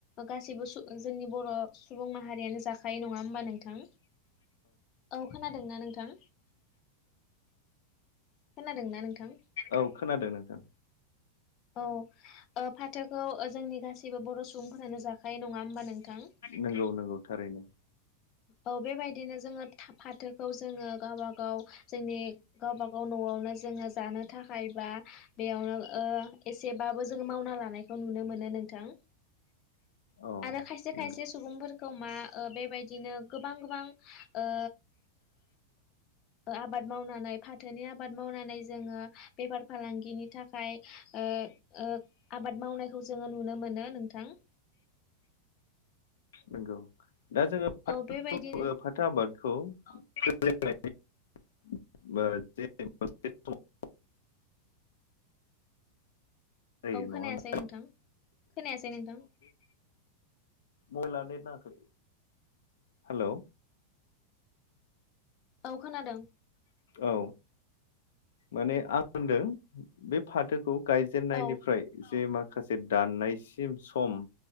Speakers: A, on the left; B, on the left.
A: गासिबो सु जोंनि बर' सुबुं माहारियानो जा फाय नङा होमबा नोंथां? औ खोनादोंना नोंथां? <inaudible> नोंथां
B: औ खोनादों नोंथां।
A: औ ओ फाथ थोखौ ओ जोंनि गासैबो बर' सुबुंफोरानो जाखायो नङा होमबा नोंथां।
B: नंगौ नंगौ थारैनो
A: औ बेबायदिनो जोङो फाथोखौ जोङो गावबा गाव जोंनि गावबा गाव न'आवनो जोङो जानो थाखाय बा बेयावनो ओ एसेबाबो जों मावना लानाय खौ नुनो मोनो नोंथां।
B: अ
A: आरो खायसे
B: नंगौ
A: खायसे सुबुंफोरखौ मा ओ बेबायदिनो गोबां गोबां ओ ओ आबाद मावनानै फाथोनि आबाद मावनानै जोङो बेफार फालांगिनि थाखाय ओ ओ आबाद मावनायखौ जोङो नुनो मोनो नोंथां।
B: नंगौ दा जोङो
A: औ
B: फाथो
A: बेबायदिनो
B: ओ फाथो आबादखौ <unintelligible> <unintelligible> जायो
A: औ खोनायासै
B: नङा होमबा
A: नोंथां खोनायासै नोंथां।
B: मबेला नेट नांआखै हेलौ
A: औ खोनादों।
B: औ माने आं होनदों बे फाथोखौ गायजेननायनिफ्राय
A: औ
B: जे मा माखासे दाननायसिम सम